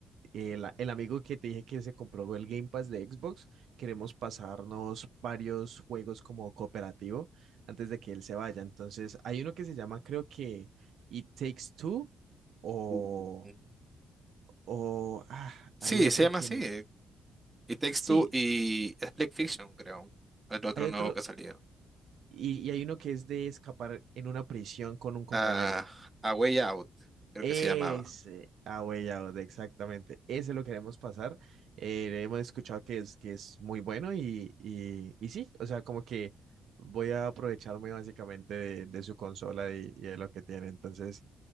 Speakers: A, on the right; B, on the right.
A: el, el amigo que te dije que se compró el Game Pass de Xbox, queremos pasarnos varios juegos como cooperativo antes de que él se vaya. Entonces, hay uno que se llama, creo que It Takes Two o,
B: Ujú.
A: o ah,
B: Sí,
A: hay otro
B: se llama
A: que...
B: así. y Takes
A: Sí,
B: Two y Split Fiction, creo. El otro
A: hay
B: nuevo
A: otro.
B: que ha salido.
A: Y, y hay uno que es de escapar en una prisión con un compañero.
B: Ah, A Way Out, creo
A: Ese,
B: que se llamaba.
A: ah, güey, ya, exactamente. Ese lo queremos pasar. Eh, hemos escuchado que es, que es muy bueno y, y, y sí, o sea, como que voy a aprovecharme básicamente de, de su consola y, y de lo que tiene. Entonces,